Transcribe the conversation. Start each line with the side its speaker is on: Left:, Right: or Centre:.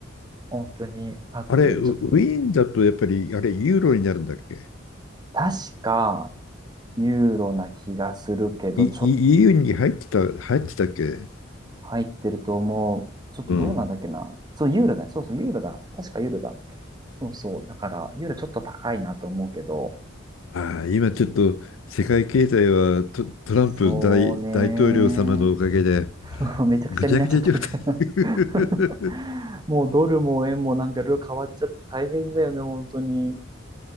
Right: 本当にあって、
Left: <laughs> あれ、ウウィーンだとやっぱり、
Right: ちょっと、
Left: あれ、ユーロになるんだっけ
Right: 確か、ユーロな気がするけど、
Left: いい
Right: ちょっと
Left: ?EU に入ってた、入ってたっけ
Right: 入ってると思う。ちょっとどうなんだっけな。
Left: うん。
Right: そう、ユーロだね。そうそう、ユーロだ。確かユーロだ。そうそう。だから、ユーロちょっと高いなと思うけど、
Left: ああ、今ちょっと世界経済はト、トランプ大、
Right: そうね。
Left: 大統領様のおかげで、
Right: <laughs> めちゃくちゃになっちゃってるから
Left: ぐちゃぐちゃ状態。<laughs>
Right: <laughs> もうドルも円もなんかいろいろ変わっちゃって大変だよね、本当に。